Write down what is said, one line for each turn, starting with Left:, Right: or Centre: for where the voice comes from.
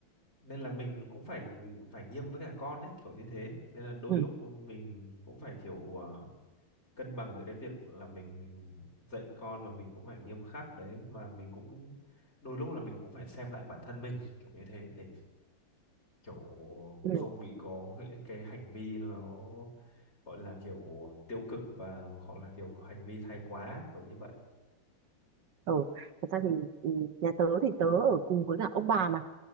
Left: nên là mình cũng phải phải nghiêm với cả con ấy kiểu như thế nên là đôi
Right: ừ,
Left: lúc mình cũng phải kiểu ờ, cân bằng giữa cái việc là mình dạy con và mình cũng phải nghiêm khắc đấy mà mình cũng đôi lúc là mình cũng phải xem lại bản thân mình kiểu như thế để kiểu
Right: ừ.
Left: không bị có cái, cái hành vi nó gọi là kiểu tiêu cực và hoặc là kiểu hành vi thái quá kiểu như vậy
Right: ừ thật ra thì ừ, nhà tớ thì tớ ở cùng với cả ông bà mà